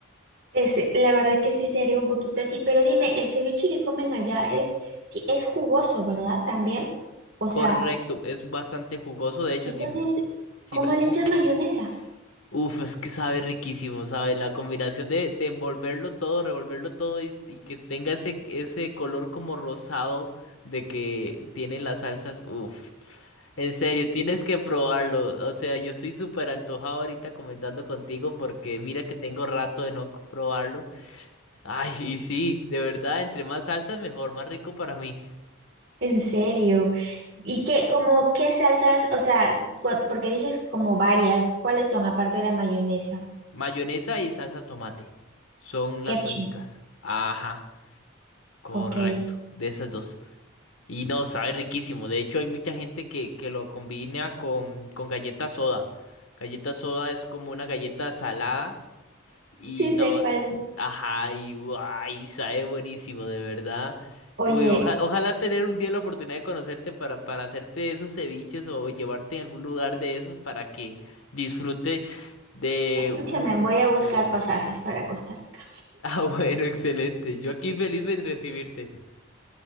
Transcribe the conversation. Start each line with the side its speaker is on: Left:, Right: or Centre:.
Right: Ese, la verdad que sí sería un poquito así, pero dime, el ceviche que comen allá es, ti- es jugoso, ¿verdad? También. O
Left: Correcto,
Right: sea,
Left: es bastante jugoso, de hecho,
Right: entonces,
Left: si, si
Right: ¿cómo
Left: no es jugoso.
Right: le echas mayonesa?
Left: Uf, es que sabe riquísimo, sabe, la combinación de, de envolverlo todo, revolverlo todo y, y que tenga ese, ese color como rosado de que tiene las salsas, uf, en serio, tienes que probarlo, o sea, yo estoy súper antojado ahorita comentando contigo porque mira que tengo rato de no probarlo, ay, y sí, de verdad, entre más salsas mejor, más rico para mí,
Right: En serio. ¿Y qué, como, qué salsas, o sea, cua- porque dices como varias, ¿cuáles son aparte de la mayonesa?
Left: mayonesa y salsa tomate, son
Right: Ketchup,
Left: las únicas, ajá, correcto,
Right: ok.
Left: de esas dos. Y no, sabe riquísimo. De hecho, hay mucha gente que, que lo combina con, con galleta soda. Galleta soda es como una galleta salada y
Right: Sí
Left: no,
Right: sé
Left: s-
Right: cuál es.
Left: ajá, y guay, sabe buenísimo, de verdad.
Right: Oye,
Left: Uy, oja- ojalá tener un día la oportunidad de conocerte para, para hacerte esos ceviches o llevarte a algún lugar de esos para que disfrute de
Right: escúchame,
Left: un
Right: voy a buscar
Left: nuevo.
Right: pasajes
Left: <laughs>
Right: para Costa Rica.
Left: Ah, bueno, excelente. Yo aquí feliz de recibirte.